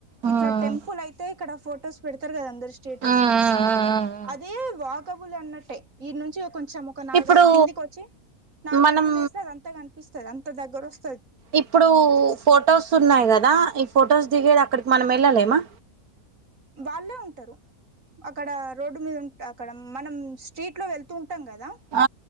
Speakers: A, on the right; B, on the right.
A: మ్మ్
B: ఇట్ల టెంపుల్ అయితే ఇక్కడ ఫొటోస్ పెడతరు కదా అందరు స్టేటసు
A: మ్మ్
B: అదే వాకబుల్ అన్నట్టే ఈడ నుంచి ఇగ కొంచెము ఒక నాలుగు
A: ఇప్పుడు
B: అడు కిందికి వచ్చి, నాలుగు
A: మనం
B: అడుగులు ఏస్తే అది అంత కనిపిస్తది, అంత దగ్గర వస్
A: ఇప్పుడు ఫొటోస్ ఉన్నాయి కదా, ఈ ఫొటోస్ దిగేది అక్కడికి మనం ఎళ్ళలేమా?
B: వాళ్ళే ఉంటరు అక్కడ రోడ్డు మీద ఉంట అక్కడ మనం స్ట్రీట్ లో వెళ్తూ ఉంటాం కదా
A: ఆ